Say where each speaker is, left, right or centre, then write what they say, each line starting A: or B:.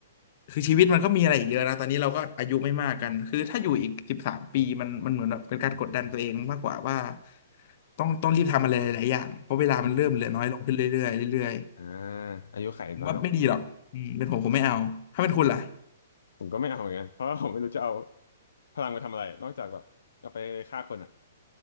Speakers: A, on the left (about 50°); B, on the left (about 70°).
A: คือชีวิตมันก็มีอะไรอีกเยอะนะตอนนี้เราก็อายุไม่มากกันคือถ้าอยู่อีกสิบสามปีมันมันเหมือนแบบเป็นการกดดันตัวเองมากกว่าว่าต้องต้องรีบทำอะไรหลายๆอย่างเพราะเวลามันเริ่มเหลือน้อยลงขึ้นเรื่อยๆเรื่อย
B: อืมอมอ่าอายุไขน้อยลง
A: ๆผมว่าไม่ดีหรอกอืมเป็นผมผมไม่เอาถ้าเป็นคุณล่ะ
B: ผมก็ไม่เอาเหมือนกันเพราะว่าผมไม่รู้จะเอาพลังไปทำอะไรนอกจากแบบเอาไปฆ่าคนอ่ะ